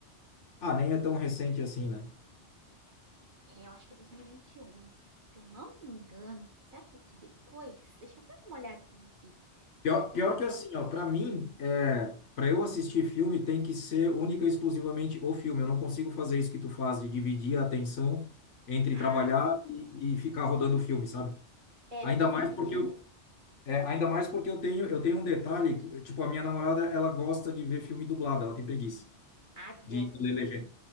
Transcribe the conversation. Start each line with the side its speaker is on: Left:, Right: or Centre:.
Left: Ah, nem é tão recente assim, né?
Right: É, eu acho que é dois mil e e vinte e um, se eu não me engano. Será que é de depois? Deixa eu até dar uma olhadinha aqui
Left: Pior,
Right: de quando
Left: pior
Right: que
Left: que assim,
Right: é.
Left: ó, para mim, é, para eu assistir filme tem que ser única e exclusivamente o filme. Eu não consigo fazer isso que tu faz de dividir a atenção entre
Right: Ah,
Left: trabalhar
Right: sim.
Left: e, e ficar rodando o filme, sabe?
Right: É, ele
Left: Ainda
Right: de dois
Left: mais
Right: mil e vinte
Left: porque
Right: e
Left: eu,
Right: um mesmo.
Left: é, ainda mais porque eu tenho, eu tenho um detalhe, que, tipo, a minha namorada, ela gosta de ver filme dublado, ela tem preguiça
Right: Ah, de
Left: de,
Right: ver os
Left: de
Right: legendados.
Left: ler legenda.